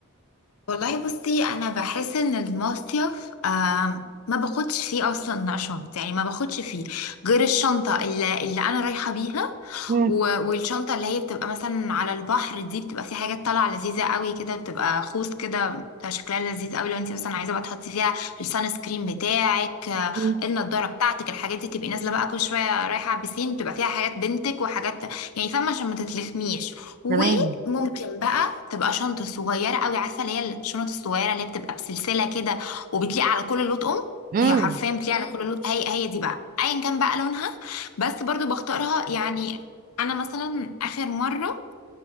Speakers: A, on the left (about 75°); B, on the right (about 40°).
A: والله بصي انا بحس ان المصيف آم، ما باخدش فيه اصلا شنطه يعني ما باخدش فيه غير الشنطه اللي, اللي انا رايحه بيها
B: مم.
A: و- والشنطه اللي هي بتبقى مثلا على البحر دي بتبقى في حاجات طالعه لذيذه قوي كده بتبقى خوذ كده بتبقى شكلها لذيذ قوي لو انت مثلا عايزه بقى تحطي فيها السان سكرين بتاعك
B: مم.
A: النضاره بتاعتك الحاجات دي تبقي نازله بقى كل شويه رايحه على البسين تبقى فيها حاجات بنتك وحاجات يعني فاهمه عشان ما تتلخميش وممكن
B: تمام
A: بقى تبقى شنطه صغيره قوي عارفه اللي هي الشنط الصغيره اللي هي بتبقى بسلسله كده وبتليق على كل لون ام
B: امم
A: هي حرفيا بتليق على كل مم. لون هي هي دي بقى ايا كان بقى لونها بس برضو بختارها يعني انا مثلا اخر مره